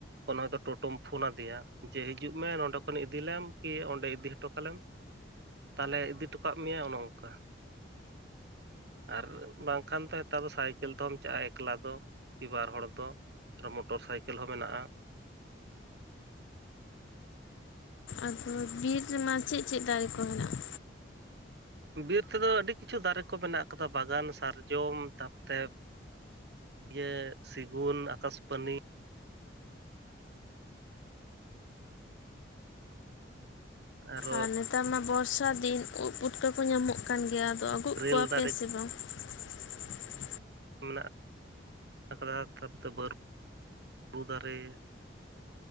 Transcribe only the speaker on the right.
ᱚᱱᱟ ᱫᱚ ᱴᱳᱴᱳᱢ ᱯᱷᱳᱱᱟ ᱫᱮᱭᱟ, ᱡᱮ ᱦᱤᱡᱩᱜ ᱢᱮ ᱱᱚᱸᱰᱮ ᱠᱷᱚᱱ ᱤᱫᱤᱞᱮᱢ ᱠᱤ ᱚᱸᱰᱮ ᱤᱫᱤ ᱦᱚᱴᱚ ᱠᱟᱞᱮᱢ᱾ ᱛᱟᱦᱞᱮ ᱤᱫᱤ ᱦᱚᱴᱚ ᱠᱟᱜ ᱢᱮᱭᱟ ᱚᱱᱮ ᱚᱝᱠᱟ᱾ ᱟᱨ ᱵᱟᱝᱠᱷᱟᱱ ᱫᱚ ᱦᱮᱛᱟᱨ ᱫᱚ ᱥᱟᱭᱠᱮᱞ ᱛᱮᱦᱚᱢ ᱪᱟᱜ-ᱟ ᱮᱠᱞᱟ ᱫᱚ᱾ ᱠᱤ ᱵᱟᱨ ᱦᱚᱲ ᱫᱚ, ᱟᱨᱚ ᱢᱚᱴᱚᱨ ᱥᱟᱭᱠᱮᱞ ᱦᱚᱸ ᱢᱮᱱᱟᱜ-ᱟ᱾
ᱵᱤᱨ ᱛᱮᱫᱚ ᱟᱹᱰᱤ ᱠᱤᱪᱷᱩ ᱫᱟᱨᱮ ᱠᱚ ᱢᱮᱱᱟᱜ ᱠᱟᱫᱟ ᱵᱟᱜᱟᱱ ᱥᱟᱨᱡᱚᱢ ᱛᱟᱯᱛᱮ ᱤᱭᱟᱹ ᱥᱮᱜᱩᱱ, ᱟᱠᱟᱥᱯᱟᱱᱤ᱾ ᱟᱨᱚ
ᱨᱮᱹᱞ
ᱫᱟᱨᱮ
ᱢᱮᱱᱟᱜ ᱟᱠᱟᱫᱟ ᱛᱟᱯᱚᱨᱮ ᱵᱟᱹᱨᱩ ᱫᱟᱨᱮ᱾